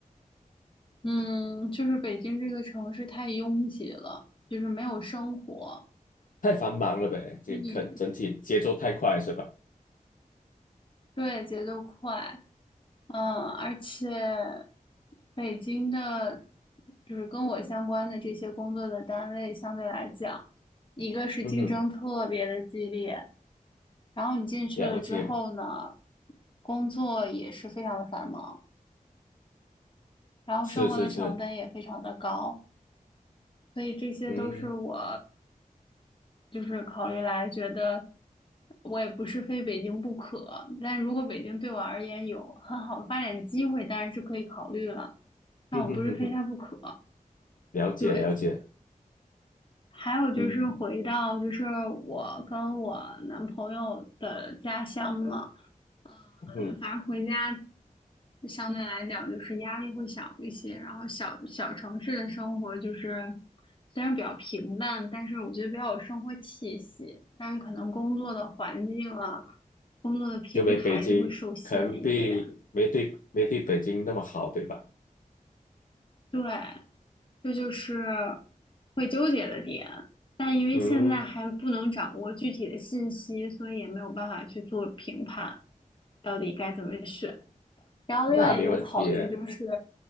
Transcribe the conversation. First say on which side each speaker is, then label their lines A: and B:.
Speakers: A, on the left (about 35°); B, on the left (about 70°).
A: 嗯，就是北京这个城市太拥挤了，就是没有生活，
B: 太繁忙了呗，这肯整体节奏太快是吧？
A: 就你对节奏快，嗯，而且北京的，就是跟我相关的这些工作的单位相对来讲，一个是竞争特别的激烈，
B: 嗯哼。
A: 然后你进去了之后呢，
B: 了解，
A: 工作也是非常的繁忙，然后生活的成本也非常的高，
B: 是是是，
A: 所以这些都是我。
B: 嗯，
A: 就是考虑来觉得我也不是非北京不可，但如果北京对我而言有很好的发展机会，当然是可以考虑了，但我不是非它不可。
B: 哼哼哼哼，了解了解，
A: 对，还有就是回到就是我跟我男朋友的家乡嘛。
B: 嗯
A: 嗯，
B: 哼，
A: 反正回家相对来讲就是压力会小一些，然后小小城市的生活就是虽然比较平淡，但是我觉得比较有生活气息，但是可能工作的环境啊，工作的平台就会受限一点。
B: 就没北京，可能比没对没对北京那么好，对吧？
A: 对，这就是会纠结的点。但因为现在还不能掌握具体的信息，
B: 嗯，
A: 所以也没有办法去做评判，到底该怎么选。然后另外一个考虑就是。
B: 那没问题，